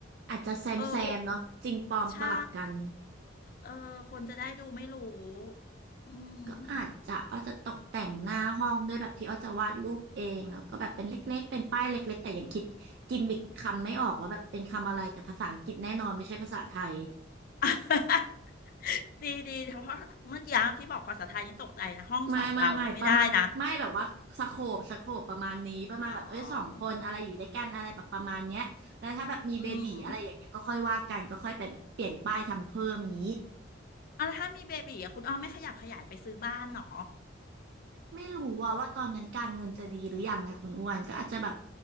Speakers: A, on the right (about 55°); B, on the left (about 45°).
A: อาจจะแซมแซมเนาะจริงปลอมสลับกัน
B: เอออ้วใช่ เออ คนจะได้ดูไม่รู้อืม
A: ก็อาจจะอ้อจะตกแต่งหน้าห้องด้วยแบบที่อ้อจะวาดรูปเองแล้วก็แบบเป็นเล็กๆเป็นป้ายเล็กๆแต่ยังคิดกิมมิคคำไม่ออกว่าแบบเป็นคำอะไรแต่ภาษาอังกฤษแน่นอนไม่ใช่ภาษาไทย
B: <laughs> ดีดีเพราะเมื่อกี้ที่บอกภาษาไทยนี่ตกใจนะห้องสองเราเนี่ยไม่ได้นะ
A: ไม่ไม่ไม่ประมาณไม่แบบว่าสโคปสโคปประมาณนี้ประมาณแบบเอ้ยสองคนอะไรอยู่ด้วยกันอะไรแบบประมาณเนี้ยแล้วถ้าแบบมีเบบีอะไรอย่างเงี้ยก็ค่อยว่ากันก็ค่อยไปแบบเปลี่ยนป้ายทำเพิ่มอย่างนี้
B: อ๋ออืมเอาแล้วถ้ามีเบบีอ่ะคุณอ้อมไม่ขยับขยายไปซื้อบ้านเหรอ
A: ไม่รู้ว่าว่าตอนนั้นการเงินจะดีหรือยังไงคุณอ้วนก็อาจจะแบบ